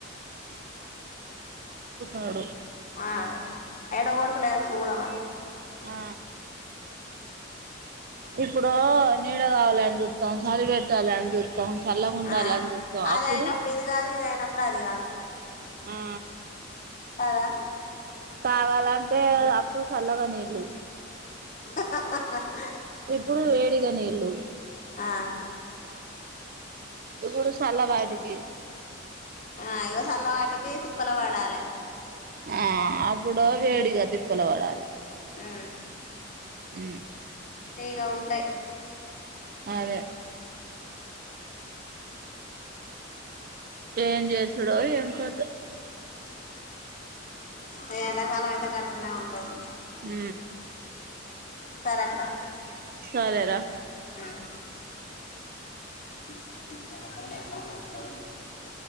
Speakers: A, on the right; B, on the left.
A: ఆడు
B: ఆ ఎడ కోరతలేద సూడమా
A: ఆ ఇప్పుడు నీడ గావాలని చూ సం సరి పెట్టాలి అని చూస్తం చల్లగ ఉండాలని
B: ఆ
A: చూతాం
B: అది
A: అప్పుడు
B: అయినప్పుడు ఇది కాదు ఇది అయినప్పుడు అది కాదు
A: ఆ
B: కదా
A: కావాలంటే అంటే అప్పుడు చల్లగ నీళ్లు
B: హ హ హ
A: ఇప్పుడు వేడిగ నీళ్లు
B: ఆ
A: ఇప్పుడు చల వాటికి
B: ఆ ఇగో చల్ల వాటికి తిప్పల పడాలి
A: ఆ అప్పుడు వేడిగా తిప్పలు పడాలి
B: ఆ
A: అ
B: నగా ఉంటాయి
A: అదే ఏం చేసుడో ఏం కతో
B: ఆ ఎండాకాలం అయితే కష్టమే ఉంటది
A: హ
B: సర అక్క
A: సరేరా
B: ఉమ్ <inaudible>